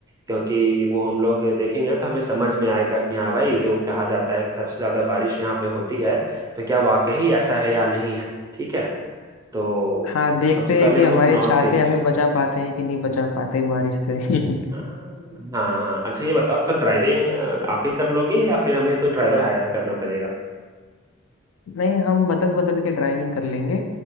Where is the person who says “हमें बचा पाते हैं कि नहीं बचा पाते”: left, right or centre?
Left